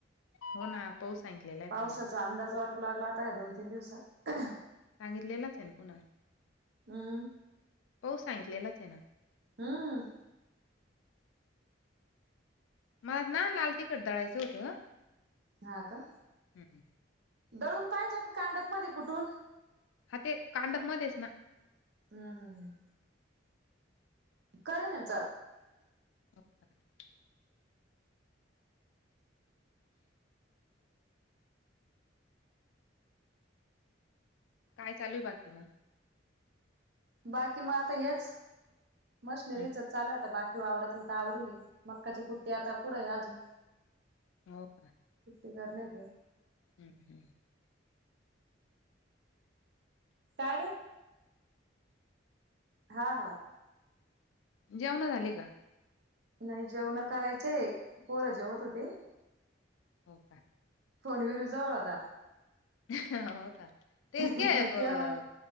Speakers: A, on the left (about 80°); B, on the right (about 55°).
A: हो ना पाऊस सांगितलेला आहे
B: पावसाचा
A: पुन्हा.
B: अंदाज वाटू लागला आता ह्या दोन तीन दिवसात-
A: सांगितलेलाच येन पुन्हा
B: हम्म
A: हो सांगितलेलाच येना
B: हं.
A: मग नां लाल तिखट दळायचं होतं
B: हां का?
A: हम्म.
B: दळून पाहिजे का कांडप मध्ये कुटून?
A: हां ते कांडप मध्येच ना.
B: हां हां हां. करा ना चा?
A: <inaudible> काय चालूयं बाकी मग?
B: बाकी मग आता हेंच मशनरीचच
A: हम्म.
B: चालूयं आता बा की वावरातलं तर आवरली मक्काची कुट्टी आता पुढेयं अजून
A: हों का?
B: एकटं घरला येतो?
A: हुं <unintelligible>
B: काय र? हां हां.
A: जेवण झाली का?
B: नायी जेवण करायचंय पोरं जेवत होते.
A: हों का?
B: फोन विरू जवळ आता
A: <unintelligible> हों का? ते के
B: तेव्हा
A: बं
B: मग